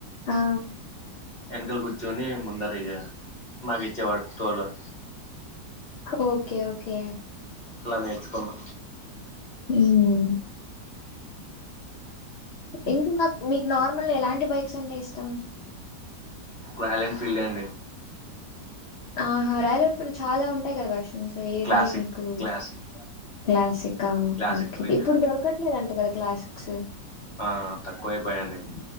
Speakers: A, on the left; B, on the left.
A: ఆ!
B: ఎనకాల కూర్చోని ముందర ఇగ నాకు ఇచ్చేవాడు తోలుడ
A: ఓకే ఓకే
B: అలా నేర్చుకున్నా
A: ఉమ్ <unintelligible> మీకు నార్మల్ ఎలాంటి బైక్స్ అంటే ఇష్టం
B: రాయల్ ఎన్ఫీల్డ్ అండి
A: ఆహా రాయల్ ఎన్ఫీల్డ్ చాలా ఉంటాయి కదా వర్ష్ కొంచెం ఏది
B: క్లాసిక్
A: మీకు
B: క్లాసిక్
A: క్లాసిక్ ఆ ఓకే
B: క్లాసిక్
A: ఓకే
B: త్రీ
A: ఇప్పుడు
B: ఫిఫ్టీ
A: దొరక ట్లేదంట కదా క్లాస్సిక్సు
B: ఆ తక్కువ అపోయాయి అండి